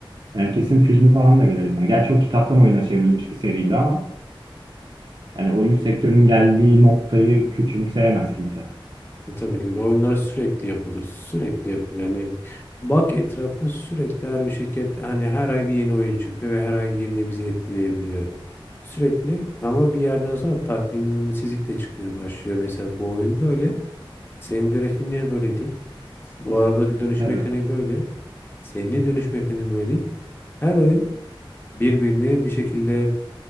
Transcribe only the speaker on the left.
E, Tabii ki de. Oyunlar sürekli yapılır. Sürekli yapılır. Yani bak etrafına sürekli her bir şirket hani her ay bir yeni oyun çıkıyor ve her ay yeni bizi etkileyebiliyor. Sürekli ama bir yerden sonra tatminsizlik de çıkmaya başlıyor. Mesela bu oyun böyle. Senin grafiğin niye böyle değil? Bu arabadaki dönüş
mekaniği böyle. Senin niye dönüş mekaniği böyle değil? Her oyun birbirini bir şekilde